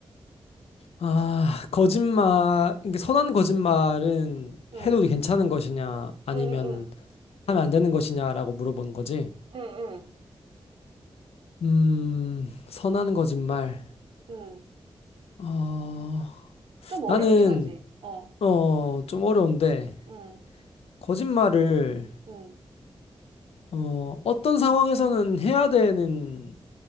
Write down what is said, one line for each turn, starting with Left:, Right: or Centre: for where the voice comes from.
Left: 아, 거짓말, 이게 선한 거짓말은
Right: 응,
Left: 해도 괜찮은 것이냐, 아니면
Right: 응, 응,
Left: 하면 안 되는 것이냐라고 물어보는 거지.
Right: 응, 응,
Left: 음, 선한 거짓말.
Right: 응. 응.
Left: 어,
Right: 좀 어렵긴
Left: 나는,
Right: 하지. 어,
Left: 어, 좀 어려운데,
Right: 응,
Left: 거짓말을,
Right: 응.
Left: 어, 어떤 상황에서는 해야 되는